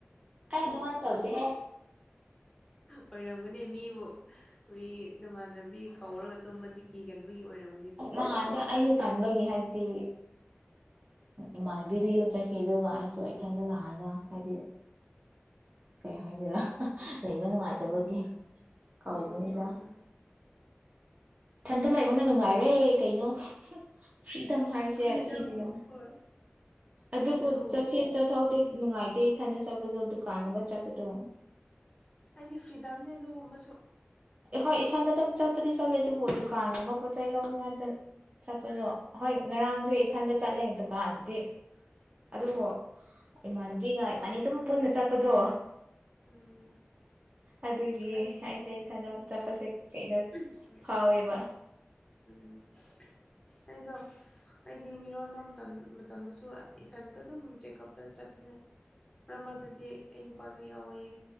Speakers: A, on the right (about 35°); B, on the left (about 15°).
A: ꯑꯩ ꯑꯗꯨꯃꯥꯏ ꯇꯧꯗꯦꯍꯦ
B: ꯑꯣꯏꯔꯝꯒꯅꯤ ꯃꯤꯕꯨ ꯃꯤ ꯅꯃꯥꯟꯅꯕꯤ ꯀꯧꯔꯒ ꯇꯨꯝꯃꯗꯤ ꯀꯤꯒꯟꯕꯒꯤ ꯑꯣꯏꯔꯝ
A: ꯑꯁ ꯅꯍꯥꯟꯗꯤ ꯑꯩꯁꯦ ꯇꯟꯕꯒꯤ ꯍꯥꯏꯕꯗꯤ ꯏꯃꯥꯟꯅꯕꯤꯗꯨ ꯌꯨꯝ ꯆꯠꯈꯤ ꯑꯗꯨꯒ ꯑꯩꯁꯨ ꯏꯊꯟꯗ ꯂꯥꯛꯑꯒ ꯍꯥꯏꯗꯤ ꯀꯩ ꯍꯥꯏꯗꯦꯣꯏꯔ ꯂꯩꯕ ꯅꯨꯡꯉꯥꯏꯇꯕꯒꯤ
B: ꯎꯝ
A: ꯀꯧꯕꯅꯤꯗ
B: ꯑꯣ ꯍꯣꯏ ꯍꯣꯏ
A: ꯏꯟꯇ ꯂꯩꯕꯅ ꯅꯨꯡꯉꯥꯏꯔꯦ ꯀꯩꯅꯣ ꯐ꯭ꯔꯤꯗꯝ ꯍꯥꯏꯁꯦ
B: ꯐ꯭ꯔꯤꯗꯝ
A: ꯁꯤꯅꯤꯅꯦ
B: ꯍꯣꯏ
A: ꯑꯗꯨꯕꯨ
B: ꯑꯗꯨꯒꯨꯝ
A: ꯆꯠꯁ ꯆꯠꯊꯣꯛꯗꯦ ꯅꯨꯡꯉꯥꯏꯇꯦ ꯏꯊꯟꯗ ꯆꯠꯄꯗꯣ ꯗꯨꯀꯥꯟꯕ ꯆꯠꯄꯗꯣ
B: ꯍꯥꯏꯗꯤ ꯐ꯭ꯔꯤꯗꯝꯅꯦ ꯑꯗꯨꯒꯨꯝꯕꯁꯨ
A: ꯑꯦ ꯍꯣꯏ ꯏꯊꯟꯗ ꯑꯗꯨꯝ ꯆꯠꯄꯗꯤ ꯆꯠꯂꯦ ꯑꯗꯨꯕꯨ ꯗꯨꯀꯥꯟꯒꯨꯝꯕ ꯄꯣꯠꯆ ꯆꯩ ꯂꯧꯅꯤꯡꯉꯥꯏ ꯆꯠꯄꯗꯣ ꯍꯣꯏ ꯉꯔꯥꯡꯁꯦ
B: ꯎꯝ
A: ꯏꯊꯟꯗ ꯆꯠꯂꯦ ꯗꯨꯀꯥꯟꯗꯨꯗꯤ
B: ꯎꯝ
A: ꯑꯗꯨꯕꯨ ꯏꯃꯥꯟꯅꯕꯤꯒ ꯏꯕꯥꯅꯤ ꯑꯗꯨꯝ ꯄꯨꯟꯅ ꯆꯠꯄꯗꯣ
B: ꯎꯝ
A: ꯑꯗꯨꯒꯤ
B: ꯑꯩ
A: ꯑꯩꯁꯦ ꯏꯊꯟꯗ ꯑꯃꯨꯛ ꯆꯠꯄꯁꯦ ꯀꯩꯅꯣ
B: ꯁꯣꯔꯤ
A: ꯐꯥꯎꯋꯦꯕ
B: ꯎꯝ ꯑꯩꯗꯣ ꯑꯩꯗꯤ ꯃꯤꯔꯣꯟꯕ ꯃꯇꯝ ꯃꯇꯝꯗꯨꯁꯨ ꯏꯊꯟꯇ ꯑꯗꯨꯝ ꯆꯦꯛꯀꯞꯇ ꯆꯠꯄꯅꯦ ꯃꯔꯛ ꯃꯔꯛꯇꯗꯤ ꯑꯩ ꯅꯨꯄꯥꯁꯨ ꯌꯥꯎꯋꯦ